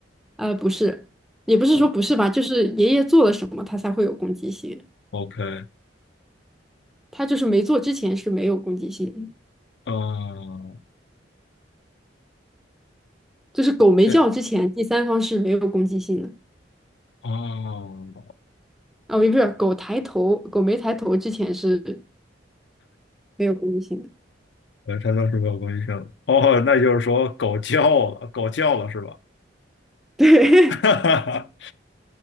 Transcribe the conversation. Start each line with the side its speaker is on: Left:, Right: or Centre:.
Centre: 呃，不是，也不是说不是吧，
Left: 我
Centre: 就是爷爷做了什么，他才会有攻击性。
Left: OK，
Centre: 他就是没做之前是没有攻击性的，
Left: 嗯，
Centre: 就是狗没叫之前，
Left: 哎，
Centre: 第三方是没有攻击性的。
Left: 哦，
Centre: 哦，也不是，狗抬头，狗没抬头之前是没有攻击性的。
Left: 呃，他当时没有攻击性。哦，那就是说狗叫了，狗叫了是吧？
Centre: <laughs> 对
Left: <laughs> 哈，